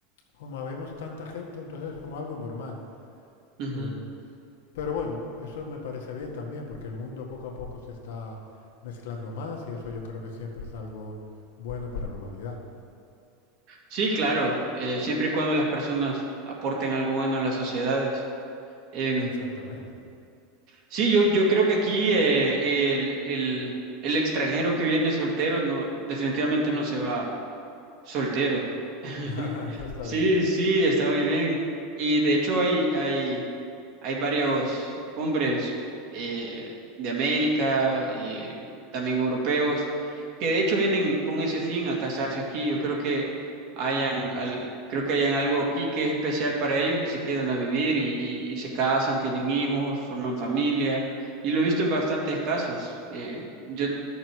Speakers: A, on the left; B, on the right.
A: como habemos tanta gente, entonces es como algo normal.
B: Ujú.
A: Eh, pero bueno, eso me parece bien también, porque el mundo poco a poco se está mezclando más y eso yo creo que siempre es algo bueno para la humanidad.
B: Sí, claro, eh, siempre y cuando las personas aporten algo bueno a las sociedades. Em,
A: Exactamente.
B: sí, yo, yo creo que aquí eh, el, el, el extranjero que viene soltero no, definitivamente no se va. Soltero. <laughs>
A: <laughs> eso está
B: Sí,
A: bien.
B: sí, está muy bien. Y de hecho hay, hay, hay varios hombres eh, de América, eh, también europeos, que de hecho vienen con ese fin a casarse aquí. Yo creo que hayan, al- creo que hayan algo aquí que es especial para ellos y se quedan a vivir y, y- y se casan, tienen hijos, forman familia. Y lo he visto en bastantes casos. Eh, yo,